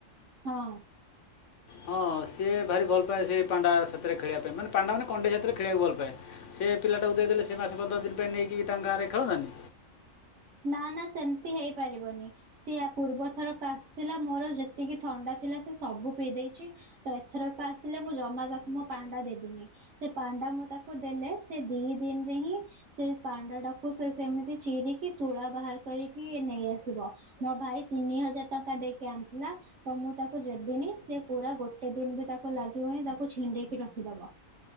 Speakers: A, on the right; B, on the left.
A: ହଁ।
B: ହଁ ସିଏ ଭାରି ଭଲ ପାାଏ ସେ ପାଣ୍ଡା ସେଥିରେ ଖେଳିବା ପାଇଁ ମାନେ ପାଣ୍ଡା ମାନେ କଣ୍ଣ୍ଡେ ସେଥିରେ ଖେଳିବାକୁ ଭଲ ପାାଏ ସେ ପିଲାଟାକୁ ଦେଇ ଦେେଲେ ସେ ମାସେ ପନ୍ଦର ଦିନ ପାଇଁ ନେଇକି ତାଙ୍କ ଗାଁରେ ଖେଳନ୍ତାନି।
A: ନା ନା ସେମିତି ହେଇପାରିବନି ସିଏ ପୂର୍ବଥରକ ଆସିଥିଲା ମୋର ଯେତିକି ଥଣ୍ଡା ଥିଲା ସେ ସବୁ ପିଇ ଦେଇଛି ତ ଏଥରକ ଆସିଲେ ମୁଁ ଜମା ତାକୁ ମୋ ପାଣ୍ଡା ଦେବିନି ସେ ପାଣ୍ଡା ମୁଁ ତାକୁ ଦେଲେ ସେ ଦି ଦିନରେ ହିଁ ସେ ପାଣ୍ଡା ଟାକୁ ସେ ସେମିତି ଚିରିକି। ତୁଳା ବାହାର କରିକି ନେଇ ଆସିବ ମୋ ଭାଇ ତିନି ହଜାର ଟଙ୍କା ଦେଇକି ଆଣିଥିଲା ତ ମୁଁ ତାକୁ ଯବିନି ସେି ପୁରା ଗୋଟେ ଦିନ ବି ତାକୁ ଲାଗିବନି ତାକୁ ଛିଣ୍ଡେଇକି ରଖିଦ?